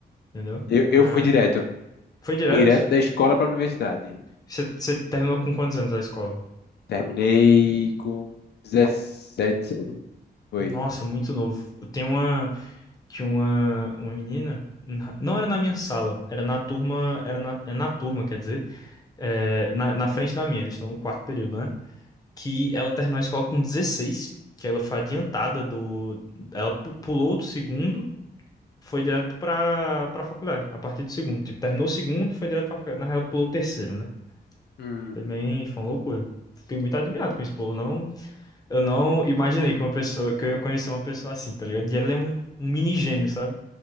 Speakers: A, on the left; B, on the left.
A: entendeu?
B: Eu, eu
A: Ah,
B: fui direto.
A: foi direto.
B: Direto da escola pra universidade.
A: Você você terminou com quantos anos a escola?
B: Terminei com dezessete Foi.
A: Nossa, muito novo. Eu tenho uma tinha uma uma menina na- não era na minha sala, era na turma, era na, é na turma, quer dizer, é, na, na frente da minha, eles estão no quarto período, né? que ela terminou a escola com 16, que ela foi adiantada do. Ela pu- pulou do segundo, foi direto pra, pra faculdade, a partir do segundo. Tipo, terminou o segundo e foi direto pra faculdade. Na real, pulou o terceiro, né?
B: Hum,
A: Também foi uma loucura. Fiquei muito admirado com esse pô. não, eu não imaginei que uma pessoa, que eu ia conhecer uma pessoa assim, tá ligado? E ela é um, um mini gênio, sabe?